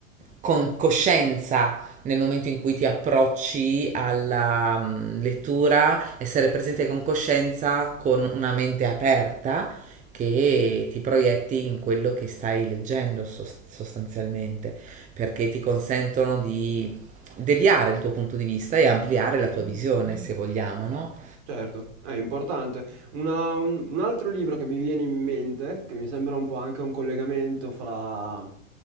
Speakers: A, on the right (about 20°); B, on the right (about 50°).
A: con coscienza nel momento in cui ti approcci alla mm, lettura, essere presente con coscienza, con una mente aperta che ti proietti in quello che stai leggendo sos- sostanzialmente, perché ti consentono di deviare il tuo punto di vista e ampliare la tua visione, se vogliamo, no?
B: Certo, è importante. Una- un, un altro libro che mi viene in mente, che mi sembra un po' anche un collegamento fra,